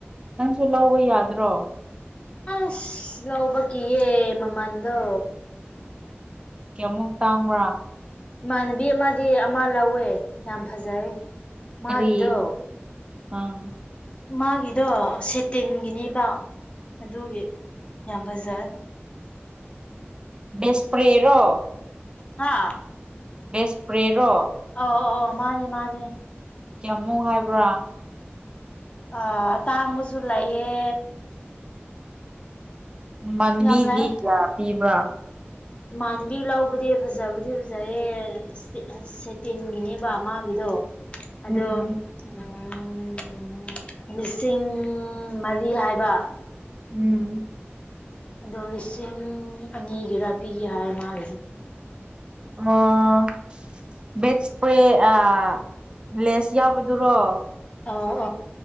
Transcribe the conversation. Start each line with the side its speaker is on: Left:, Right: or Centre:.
Right: ꯅꯪꯁꯨ ꯂꯧꯕ ꯌꯥꯗ꯭ꯔꯣ
Left: ꯑꯁ ꯂꯧꯕ ꯀꯤꯌꯦ ꯃꯃꯟꯗꯣ
Right: ꯀꯌꯥꯃꯨꯛ ꯇꯥꯡꯕ꯭ꯔꯥ
Left: ꯏꯃꯥꯟꯅꯕꯤ ꯑꯃꯗꯤ ꯑꯃ ꯂꯧꯋꯦ ꯌꯥꯝ ꯐꯖꯩ ꯃꯥꯒꯤꯗꯣ
Right: ꯀꯔꯤ ꯑꯪ
Left: ꯃꯥꯒꯤꯗꯣ ꯁꯦꯇꯤꯟꯒꯤꯅꯦꯕ ꯑꯗꯨꯒꯤ ꯌꯥꯝ ꯐꯖ
Right: ꯑꯦꯁꯄ꯭ꯔꯦꯔꯣ
Left: ꯍꯥꯥ
Right: ꯑꯦꯁꯄ꯭ꯔꯦꯔꯣ
Left: ꯑꯣ ꯑꯣ ꯑꯣ ꯃꯥꯅꯦ ꯃꯥꯅꯦ
Right: ꯀꯌꯥꯝꯃꯨꯛ ꯍꯥꯏꯕ꯭ꯔꯥ
Left: ꯑ ꯑꯇꯥꯡꯕꯁꯨ ꯂꯩꯌꯦ
Right: ꯃꯥꯟꯕꯤꯗꯤ
Left: ꯌꯥꯝ ꯂꯩ
Right: ꯀꯌꯥ ꯄꯤꯕ꯭ꯔꯥ
Left: ꯏꯃꯥꯟꯅꯕꯤ ꯂꯧꯕꯗꯤ ꯐꯖꯕꯗꯤ ꯐꯖꯩꯌꯦ ꯑꯦꯁꯄꯤ ꯁꯦꯇꯤꯟꯒꯤꯅꯦꯕ ꯃꯥꯒꯤꯗꯣ
Right: ꯎꯝ
Left: ꯑꯗꯣ ꯎꯝ ꯂꯤꯁꯤꯡ ꯃꯔꯤ ꯍꯥꯏꯕ
Right: ꯎꯝ
Left: ꯑꯗꯣ ꯂꯤꯁꯤꯡ ꯑꯅꯤꯒꯤꯔꯥ ꯄꯤꯒꯦ ꯍꯥꯏ ꯃꯥꯒꯤꯁꯦ
Right: ꯑꯣ ꯚꯦꯠꯁꯄ꯭ꯔꯦ ꯑꯥ ꯂꯦꯁ ꯌꯥꯎꯕꯗꯨꯔꯣ
Left: ꯑ